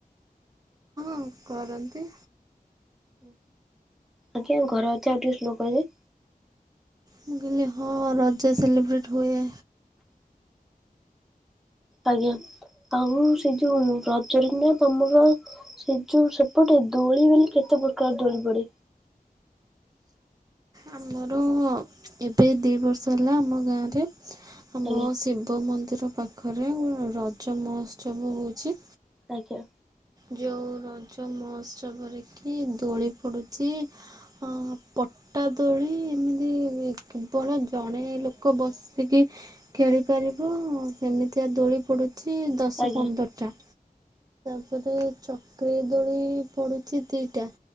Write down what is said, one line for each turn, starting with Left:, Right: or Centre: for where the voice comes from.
Right: ହଁ କରନ୍ତି।
Centre: ଉଁ ହୁଁ ଆଜ୍ଞା ଘରେ ଅଛ ଯଦି ଆସୁନ କହିବେ।
Right: ମୁଁ କହିଲି ହଁ ରଜା ସେଲିିବ୍ରେଟ୍ ହୋଉ।
Centre: ଆଜ୍ଞା ଆଉ ସେ ଯୋଉ ରଜର୍ କୁମାର ତମର ସେ ଯୋଉ ସେପଟେ ଦୋଳି ବୋଲି କେତେ ପ୍ରକାର ଦୋଳି ପଡେ?
Right: ଆମର ଏବେ ଦୁଇ ବର୍ଷ ହେଲା ଆମ ଗାଁରେ ଆମ
Centre: ଆଜ୍ଞା
Right: ଶିବ ମନ୍ଦିର ପାଖରେ ରଜ ମହୋତ୍ସବ ହୋଉଚି।
Centre: ଆଜ୍ଞା।
Right: ଯୋଉ ରଜ ମହୋତ୍ସବ ରେକି ଦୋଳି ପଡୁଚି ଅ ପ ଅଟା ଦୋଳି ଏମିତି କେବଳ ଜଣେ ଲୋକ ବସିକି ଖେଳି ପାରିବୁ ସେମିତିଆ ଦୋଳି ପଡୁଚି ଦଶ
Centre: ଆଜ୍ଞା
Right: ପନ୍ଦରଟା। ତାପରେ ଚକ୍ରି ଦୋଳି ପଡିଚି ଦିଟା